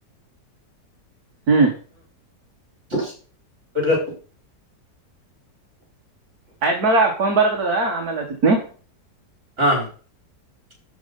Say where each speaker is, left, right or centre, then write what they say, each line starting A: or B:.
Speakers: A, on the right (about 60°); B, on the right (about 40°).
A: ಹ್ಮ್.
B: <unintelligible> ಬಿಟ್ಗಡ್.
A: ಆಯ್ತ್ ಮಗ ಫೋನ್ ಬರಕತ್ದ ಆಮೇಲೆ ಆಚಿತ್ನಿ.
B: ಹಾ ಹ.